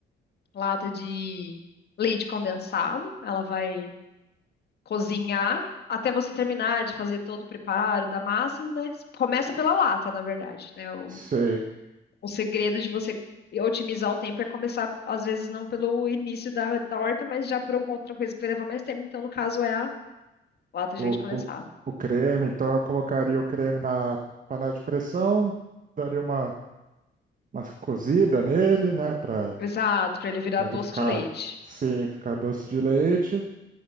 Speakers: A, on the left; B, on the right.
A: lata de leite condensado, ela vai cozinhar até você terminar de fazer todo o preparo da massa, né? Começa pela lata, na verdade, né? O,
B: sei.
A: o segredo de você otimizar o tempo é começar, às vezes, não pelo início da, da horta, mas já por alguma outra coisa que vai levar mais tempo. Então, no caso, é a Lata de
B: O,
A: leite condensado.
B: o, o creme, então eu colocaria o creme na panela de pressão, daria uma, uma cozida nele, né, para
A: Exato, pra ele virar
B: ele
A: doce
B: ficar,
A: de leite.
B: sim, ficar doce de leite.